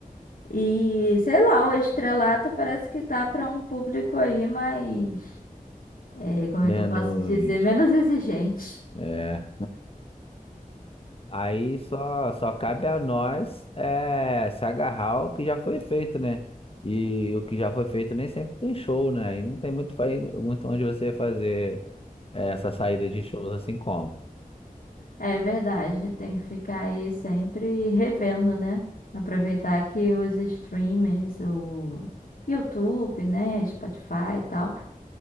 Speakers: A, on the left; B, on the left.
A: E sei lá, o estrelato parece que tá para um público aí mais. é, como
B: Menos.
A: é que eu posso dizer? Menos exigente.
B: É. Aí só, só cabe a nós é, se agarrar ao que já foi feito, né? E o que já foi feito nem sempre tem show, né? E não tem muito, fa- muito onde você fazer é, essa saída de shows assim como.
A: É verdade. Tem que ficar aí sempre revendo, né? Aproveitar que os streamers, o YouTube, né? Spotify e tal.